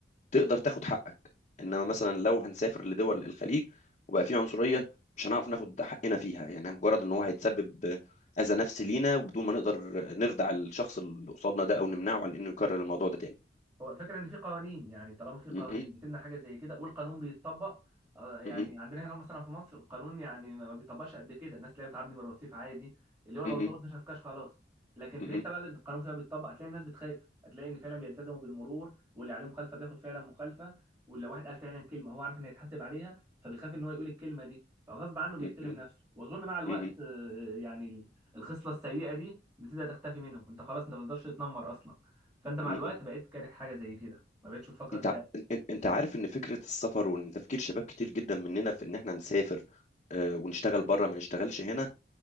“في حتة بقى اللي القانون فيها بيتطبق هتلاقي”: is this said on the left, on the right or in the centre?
Right